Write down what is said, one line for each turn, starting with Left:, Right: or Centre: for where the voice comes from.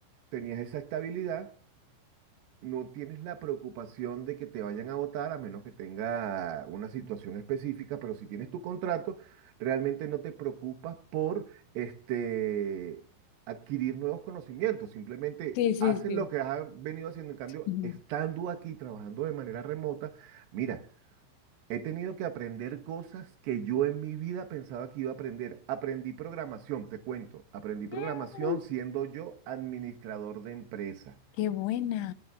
Right: tenías esa estabilidad no tienes la preocupación de que te vayan a votar a menos que tenga una situación específica, pero si tienes tu contrato, realmente no te preocupas por este, adquirir nuevos conocimientos, simplemente
Left: Sí, sí,
Right: haces
Left: sí.
Right: lo que has venido haciendo. En cambio,
Left: Ujú.
Right: estando aquí trabajando de manera remota, mira. He tenido que aprender cosas que yo en mi vida pensaba que iba a aprender. Aprendí programación, te cuento. Aprendí programación
Left: Mm,
Right: siendo yo administrador de empresa.
Left: Qué buena.